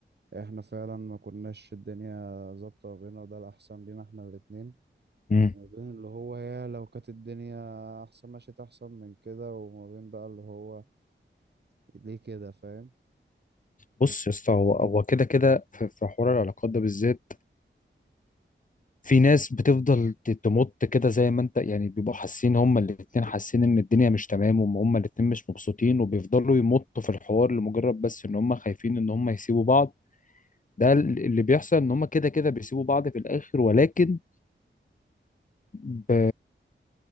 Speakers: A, on the right; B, on the left.
A: احنا فعلا ما كناش الدنيا ظابطة ما بيننا وده الأحسن لينا احنا الاتنين
B: مم.
A: وما بين اللي هو يا لو كانت الدنيا أحسن مشيت أحسن من كده وما بين بقى اللي هو ليه كده فاهم
B: بص يا اسطى هو هو كده كده في في حوار العلاقات ده بالذات في ناس بتفضل ت- تمط كده زي ما انت يعني بيبقوا حاسين هما الاتنين حاسين ان الدنيا مش تمام وهم هما الاتنين مش مبسوطين وبيفضلوا يمطوا في الحوار لمجرد بس ان هما خايفين ان هما يسيبوا بعض ده ال- اللي بيحصل ان هما كده كده بيسيبوا بعض في الاخر ولكن ب...